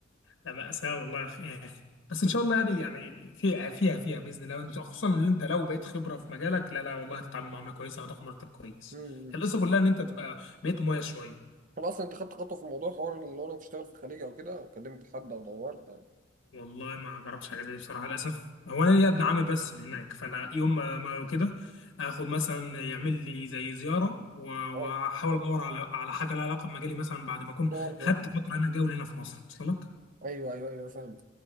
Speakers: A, on the left; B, on the right.
A: لا مأساة والله يا أخي يا أخي. بس إن شاء الله يعني يعني في فيها فيها بإذن الله وإنت- خصوصا إن أنت لو بقيت خبرة في مجالك لا لا والله هتتعامل معاملة كويسة وهتاخد مرتب كويس
B: امم
A: القصة كلها إن أنت تبقى بقيت مميز شوية
B: طب اصلا انت خدت خطوه في موضوع حوار اللي هو انك تشتغل في الخليج او كده كلمت حد او دورت أو-
A: والله ما جربتش حاجة زي دي بصراحة للأسف هو أنا ليا ابن عمي بس هناك فأنا يوم ما ما كده آخد مثلا يعمل لي زي زيارة و- وأحاول
B: أه.
A: أدور على على حاجة لها علاقة بمجالي مثلا بعد ما أكون
B: دور
A: خدت فترة هنا جولة هنا في مصر وصل لك؟
B: ايوه ايوه ايوه فاهمك